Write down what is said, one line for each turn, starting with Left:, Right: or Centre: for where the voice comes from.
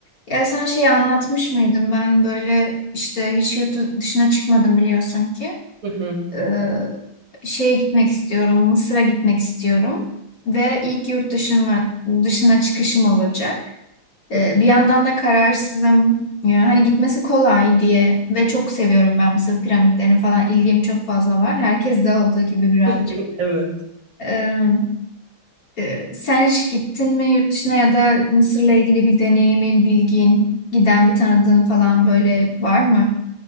Left: Ya sana şeyi anlatmış mıydım ben böyle işte hiç yurt dışına çıkmadım biliyorsun ki.
Right: Hı hı.
Left: Ee, şeye gitmek istiyorum, Mısır'a gitmek istiyorum. Ve ilk yurt dışına dışına çıkışım olacak. Ee,
Right: Hı hı.
Left: bir yandan da kararsızım. Ya hani gitmesi kolay diye ve çok seviyorum ben Mısır piramitlerini falan ilgim çok fazla var. Herkes de olduğu gibi birazcık.
Right: <laughs> Evet.
Left: Ee, ee, sen hiç gittin mi yurt dışına ya da Mısır'la ilgili bir deneyimin, bilgin, giden bir tanıdığın falan böyle var mı?